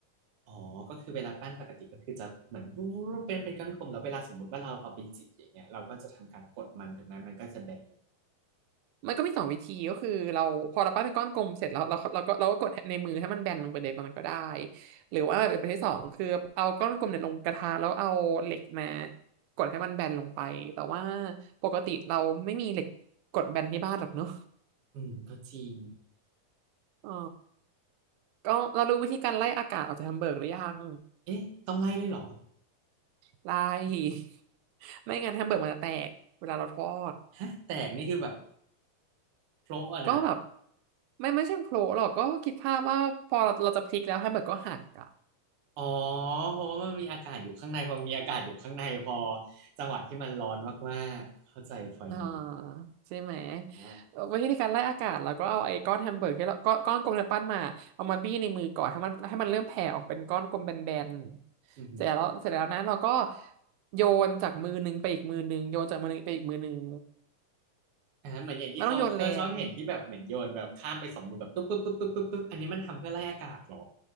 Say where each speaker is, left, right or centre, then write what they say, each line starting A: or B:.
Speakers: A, on the right (about 65°); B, on the right (about 85°).
A: อ๋อก็คือเวลาปั้นปกติก็คือจะเหมือนรูปเป็นเป็นก้อนกลมแล้วเวลาสมมติว่าเราเอาไปจีอย่างเงี้ยเราก็จะทำการกดมันถูกไหมมันก็จะแบนลง
B: มันก็มีสองวิธีก็คือเราพอเราปั้นเป็นก้อนกลมเสร็จแล้วเราเราก็เราก็กดในมือให้มันแบนลงไปเลยมันก็ได้หรือว่าแบบที่สองคือเอาก้อนกลมเนี่ยลงกระทะแล้วเอาเหล็กมากดให้มันแบนลงไปแต่ว่าปกติเราไม่มีเหล็กกดแบนที่บ้านหรอกเนอะ
A: อืมก็จริง
B: อ๋อ ก็เรารู้วิธีการไล่อากาศออกจากแฮมเบอร์กหรือยัง
A: เอ๊ะต้องไล่ด้วยเหรอ
B: ไล่ <laughs> ไม่งั้นแฮมเบอร์กมันจะแตกเวลาเราทอด
A: ฮะแตกนี่คือแบบโพะอะนะ
B: ก็แบบไม่ไม่ใช่โผล่หรอกก็คิดภาพว่าพอเราเราจะพลิกแล้วแฮมเบอร์กก็หักอ่ะ
A: อ๋อเพราะว่ามันมีอากาศอยู่ข้างในพอมีอากาศอยู่ข้างในพอจังหวะที่มันร้อนมากๆเข้าใจพอยนี้
B: อ่าใช่ไหม
A: นะ
B: เอ่อวิธีการไล่อากาศเราก็เอาไอ้ก้อนแฮมเบอร์กที่เราก้อนก้อนกลมที่เนืปั้นมาเอามาบี้ในมือก่อนให้มันให้มันเริ่มแผ่ออกเป็นก้อนกลมแบนๆเสร็จแล้วเสร็จแล้วนะเราก็
A: อืม
B: โยนจากมือหนึ่งไปอีกมือหนึ่งโยนจากมือหนึ่งไปอีกมือหนึ่ง
A: อ่าเหมือนอย่างที่เขาเคยชอบเห็นที่แบบเหมือนโยนแบบข้ามไปสองมือแบบปุ๊บปุ๊บปุ๊บปุ๊บปุ๊บปุ๊บอันนี้มันทำเพื่อไล่อากาศเหรอ
B: ไม่ต้องโยนแรง